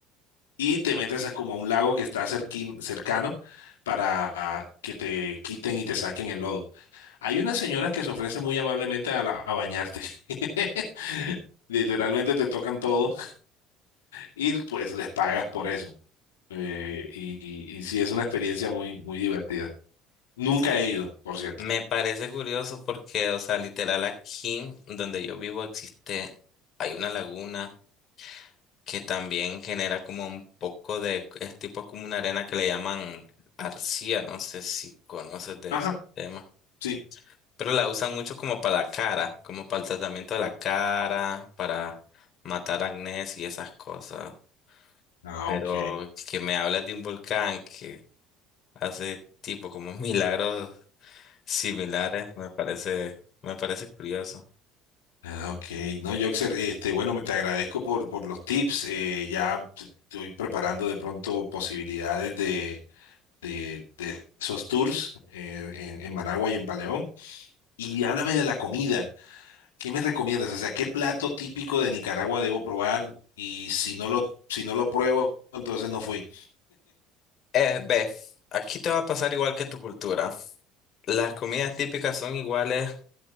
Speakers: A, on the left; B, on the left.
A: y te metes a como a un lago que está cerquín- cercano para que te quiten y te saquen el lodo. Hay unas señoras que se ofrecen muy amablemente a, la- a bañarte. <laughs> Literalmente te tocan todo y pues les pagas por eso. Eh, y, y, y sí, es una experiencia muy, muy divertida. Nunca
B: sí,
A: he ido, por cierto.
B: me parece curioso porque, o sea, literal aquí donde yo vivo existe, hay una laguna que también genera como un poco de, es tipo como una arena que le llaman arcilla, no sé si conoces de
A: Ajá,
B: esos temas,
A: sí.
B: pero la usan mucho como para la cara, como para el tratamiento de la cara, para matar acné y esas cosas,
A: Ah,
B: pero
A: ok.
B: que me hables de un volcán que hace tipo como milagros. similares, me parece, me parece curioso.
A: Ah, ok. No, Joxer, este, bueno, te agradezco por, por los tips. eh, ya t- estoy preparando de pronto posibilidades de, de, de esos tours eh, en, en Managua y en Paleón. Y háblame de la comida. ¿Qué me recomiendas? O sea, ¿qué plato típico de Nicaragua debo probar? Y si no lo, si no lo pruebo, entonces no fui.
B: Eh, ve, aquí te va a pasar igual que tu cultura. Las comidas típicas son iguales